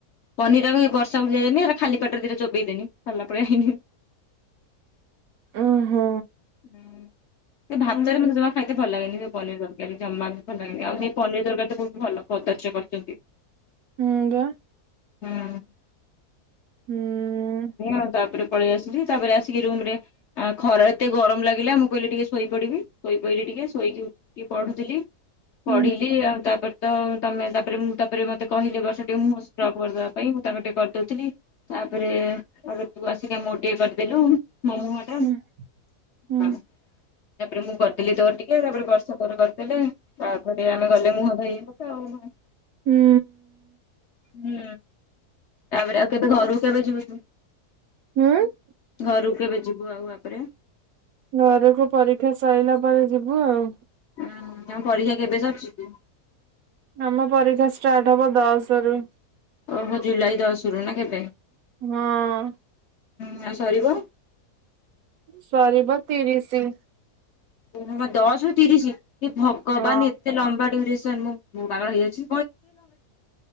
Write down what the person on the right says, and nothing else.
ଓହୋ
ହୁଁ ବା।
ହୁଁ
ହୁଁ।
ହୁଁ। ହୁଁ
ହୁଁ
ହୁଁ।
ହୁଁ?
ଘରକୁ ପରୀକ୍ଷା ସରିଲା ପରେ ଯିବୁ ଆଉ।
ଆମ ପରୀକ୍ଷା ଷ୍ଟାର୍ଟ ହବ ଦଶ ରୁ।
ହଁ
ସରିବ ତିରିଶି।
ହଁ।